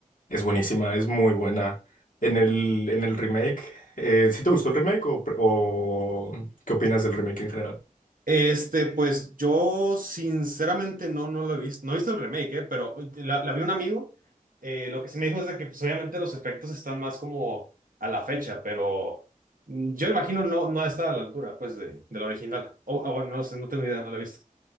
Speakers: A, on the left (about 70°); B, on the right (about 75°).
A: Es buenísima, es muy buena. En el, en el remake, eh, ¿sí te gustó el remake o, pre- o qué opinas del remake en general?
B: Este, pues yo sinceramente no, no lo he visto, no he visto el remake, eh, pero la, la vi un amigo, eh, lo que sí me dijo es de que pues, obviamente los efectos están más como a la fecha, pero mm, yo imagino no, no está a la altura, pues, de, de la original. O- Ah, bueno, no sé, no tengo idea, no la he visto.